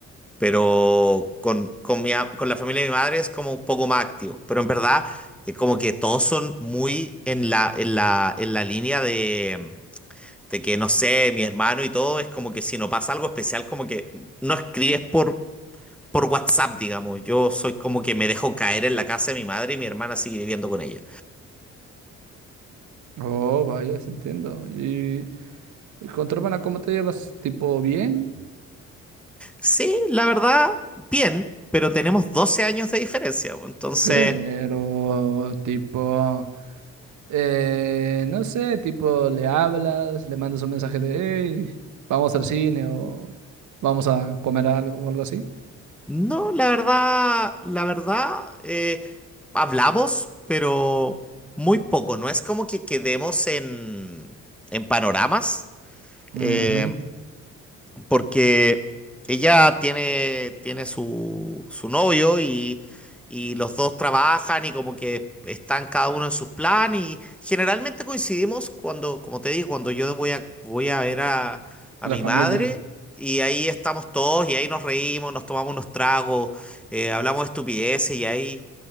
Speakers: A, in the centre; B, on the right.
A: Pero con, con, mi a- con la familia de mi madre es como un poco más activo. Pero en verdad, es como que todos son muy en la, en la, en la línea de, de que, no sé, mi hermano y todo, es como que si no pasa algo especial, como que no escribes por, por WhatsApp, digamos. Yo soy como que me dejo caer en la casa de mi madre y mi hermana sigue viviendo con ella.
B: Oh, vaya, sí entiendo. ¿Y, Y Con tu hermana, ¿cómo te llevas? Tipo bien,
A: Sí, la verdad, bien, pero tenemos 12 años de diferencia. bo. Entonces,
B: pero tipo, eh, no sé, tipo le hablas, le mandas un mensaje de, hey, vamos al cine o vamos a comer algo o algo así.
A: no, la verdad, la verdad, eh, hablamos, pero muy poco. No es como que quedemos en, en panoramas.
B: Ujú.
A: Eh, porque ella tiene, tiene su, su novio y, y los dos trabajan y como que están cada uno en sus planes y generalmente coincidimos cuando, como te digo, cuando yo voy a, voy a ver a, a
B: La
A: mi
B: familia.
A: madre y ahí estamos todos y ahí nos reímos, nos tomamos unos tragos, eh, hablamos de estupideces y ahí